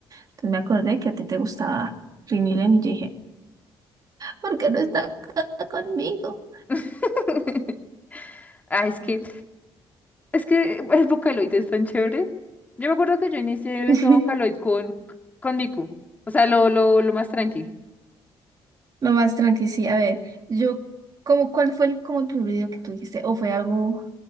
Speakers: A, on the right (about 45°); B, on the left (about 20°).
A: Entonces me acordé que a ti te gustaba Rini Len y yo dije, ¿por qué no está acá conmigo?
B: <laughs> Ah, es que, es que el Vocaloid es tan chévere. Yo me acuerdo que yo inicié
A: <laughs>
B: ese Vocaloid con, con Miku. O sea, lo, lo, lo más tranqui.
A: Lo más tranqui, sí. A ver, yo, cómo cuál fue el, como el primer video que tú dijiste? ¿O fue algo,